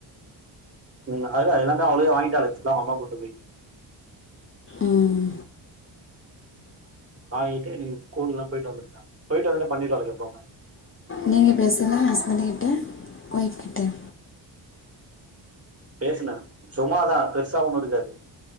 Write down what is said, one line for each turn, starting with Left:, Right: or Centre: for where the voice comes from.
Right: ம் அது அதல்லா எல்லாமே அவளுங்களே வாங்கிடாலுங்க திங்ஸ் எல்லாமே அம்மா வ கூட்டு போய்
Left: ம்
Right: வாங்கிட்டு நீங்க ஸ்கூல்லா போயிட்டு வந்துட்டு போயிட்டு வந்துட்டு பண்ணிருவாலுங்க எப்பமே
Left: நீங்க பேசலா ஹஸ்பண்ட் கிட்ட ஒய்ஃப் கிட்டயா
Right: பேசுன சும்மாதா பெருசா ஒண்ணு இருக்காது